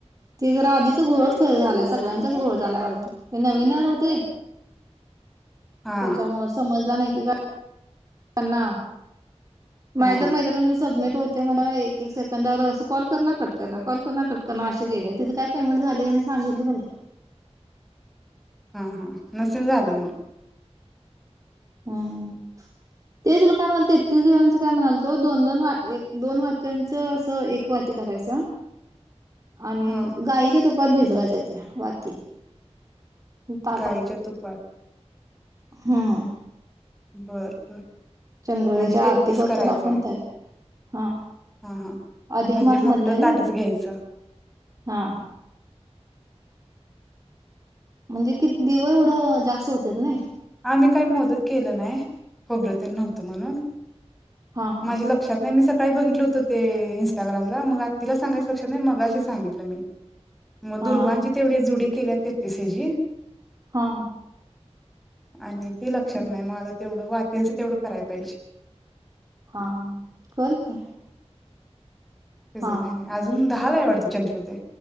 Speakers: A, on the right (about 30°); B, in the centre.
A: ते ज आधीच घोळच खर झालाय सगळ्यांच्याच घोळ झाल्याय वाडत ते नवीन नाय होतेत
B: हा
A: त्याच्यामुळ समजला नाही की काय त्यांना
B: हा
A: नायतर माझ्यावरण सबमिट हो ते मला एक एक सेकंदावर अस कॉल करणार कट करणार कॉल करणार कट करणार असे केले तिज काय पेमेंट झाले की नाही सांगितल पण नाय
B: हा हा नसेल झाल मग
A: हम ते तुला काय म्हणाल तेतीस देवांचं काय म्हणाल तो दोन दोन वा एक दोन वाात्यांचं असं एक वाती करायचा आणि
B: हा
A: गाईच्या तू पात भिजवायच्या त्या वाती ताटा
B: गायच्या तुप पात
A: हम्म
B: बर बर
A: चंद्रोदच्या
B: म्हणजे तेहतीस
A: आरती करतो
B: करायचंय
A: न आपण त्या हा
B: हा हा
A: अधिक
B: म्हणजे
A: मास
B: मोठं
A: मधलाय हाय
B: ताटच
A: नी
B: घ्यायचं
A: हा म्हणजे कि दिव एवढं जास्त होत्यात नय.
B: आम्ही काही मोदक केलं नाय खोबरं तेनं नव्हतं म्हणून
A: हा हा
B: माझ्या लक्षात नाय मी स काळी बघित होतं ते इस्टाग्रामला मग आतीला सांगायचं लक्षात नाय मग असे सांगितलं मी मग दुर्वांची
A: हा
B: तेवढी जुडी केल्या तेतीस ह्याजी
A: हा
B: आणि ते लक्षात
A: हा
B: नाय म आता तेवढं वातीच तेवढं कराय पाहिजे
A: हा कर की,
B: त्याज
A: हा
B: काय नाय अजून दहा दहा ला हाय वाटत चंद्रोदय